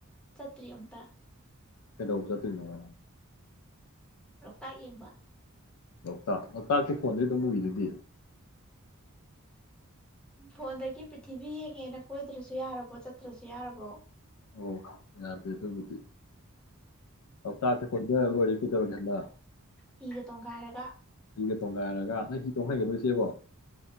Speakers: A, in the centre; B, on the left.
A: ꯆꯠꯇ꯭ꯔꯤ ꯑꯨꯛꯇ
B: ꯀꯩꯗ ꯎꯖ ꯇ ꯅ ꯋꯥ
A: ꯂꯣꯛꯇꯥꯛ ꯌꯦꯡꯕ
B: ꯂꯣꯛꯇꯥꯛ ꯂꯣꯛꯇꯥꯛꯀꯤ ꯐꯣꯟꯗꯤ ꯑꯗꯨꯝ ꯎꯏꯗꯗꯤ
A: ꯐꯣꯟꯗ ꯀ ꯄ꯭ꯊꯤꯕꯤ ꯍꯒꯦꯅ ꯀꯣꯏꯗ꯭ꯔꯁꯨ ꯌꯥꯔꯕꯣ ꯆꯠꯇ꯭ꯔꯁꯨ ꯌꯥꯔꯕꯣ
B: ꯑꯣ ꯌꯥꯗꯦ ꯑꯗꯨꯕꯨꯗꯤ ꯂꯣꯛꯇꯥꯛꯇ ꯀꯣꯏꯙꯔꯥ ꯂꯣꯏꯔꯦ ꯀꯩꯗꯧꯔꯒꯦ ꯍꯟꯗꯛ
A: ꯍꯤꯒ ꯇꯣꯡꯒꯥꯏꯔꯒ
B: ꯍꯤꯒ ꯇꯣꯡꯒꯥꯏꯔꯒ ꯅꯪ ꯍꯤ ꯇꯣꯡꯍꯩꯒꯗꯔ꯭ ꯏꯆꯦꯕꯣ